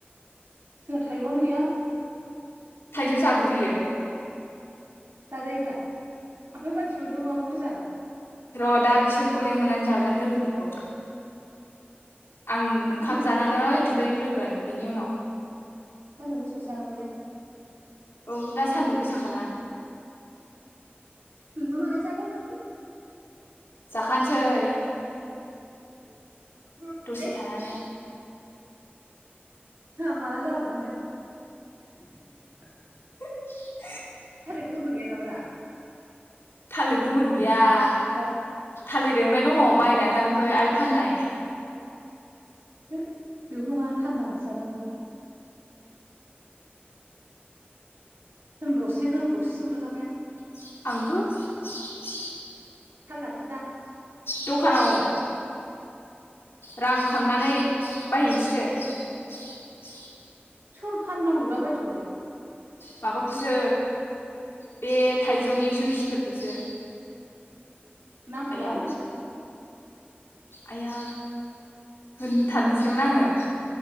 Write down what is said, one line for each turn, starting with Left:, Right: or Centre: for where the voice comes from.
Right: जोङा थाइजौ आनो गैया
Left: थाइजौ <unintelligible>
Right: जाजायोब्रा ओमफ्राय मानसिफोर ज नङाबा बोरै जानांगौ
Left: र दा बिसोरखौ लेंहरनानै जागोन लोगोफोरखौ आं ओंखाम
Right: सान्दुं गोसायावसो
Left: जानानै
Right: जानांगौलै
Left: दुगैग्रोगोन बिनि उनाव
Right: सान्दुं गोसायावसो जानांगौलै
Left: औ दा सान्दुं गोसाखाना
Right: नोंबा माला जागोन ओंखामखौ
Left: जाखा नोसै
Right: माला जाबावगोनथाय
Left: दसे थानानै
Right: माला जाबाव <unintelligible>
Left: <inaudible>
Right: थालिर गोमोनफोर गैया नामा रा
Left: थालिर गोमोन गैया गैया
Right: हो
Left: थालिर <unintelligible> दङ बायनानै लांफै
Right: थान्दा
Left: आइ फाननाय
Right: <unintelligible> नङा थान्दासो जानांगौ होनब्रसि होनब्रसिसो मोनलाय लांबाय आं
Left: <unintelligible>
Right: थाल लाथारदांं
Left: दखानाव रां खांनानै बायहैनोसै <unintelligible>
Right: सोर फाननांगौ दा बायदिआव लाय
Left: माबाखौसो बे थाइजौनि जुइसफोरखौसो
Right: नांथ'लालै
Left: आया
Right: बेखौ
Left: आइया होनथारनोसैमोन आङो